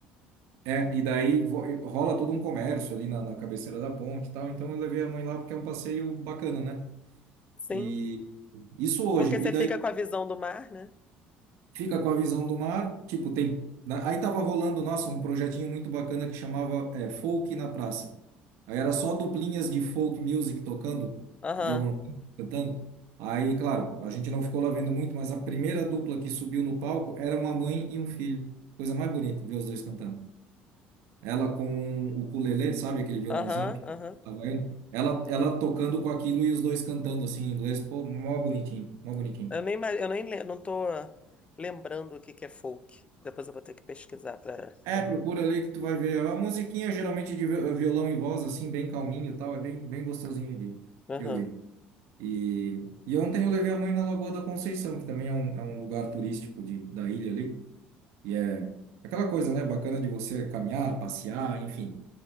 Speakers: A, on the right (about 75°); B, on the left (about 25°).
A: é, e daí vo- rola todo um comércio ali na, na cabeceira da ponte e tal. Então eu levei a mãe lá porque é um passeio bacana, né?
B: Sim,
A: E isso hoje.
B: porque você
A: E daí
B: fica com a visão do mar, né?
A: fica com a visão do mar, tipo, tem. na- Aí tava rolando, nossa, um projetinho muito bacana que chamava é, Folk na Praça. Aí era só duplinhas de folk music tocando,
B: Aham,
A: violão cantando. Aí, claro, a gente não ficou lá vendo muito, mas a primeira dupla que subiu no palco era uma mãe e um filho. Coisa mais bonita, ver os dois cantando. Ela com o ukulele, sabe aquele violãozinho
B: aham,
A: pequeno,
B: aham.
A: havaiano? Ela, ela tocando com aquilo e os dois cantando assim em inglês. Pô, mó bonitinho, mó bonitinho.
B: Eu nem, ima- eu nem lem- não tô lembrando o que que é folk. Depois eu vou ter que pesquisar pra.
A: É, procura ali que tu vai ver. É uma musiquinha geralmente de vi- violão e voz, assim, bem calminho e tal. É bem, bem gostosinho de,
B: Aham,
A: de ouvir. E, e ontem eu levei a mãe na Lagoa da Conceição, que também é um, é um lugar turístico de, da ilha ali. E é aquela coisa, né? Bacana de você caminhar, passear, enfim.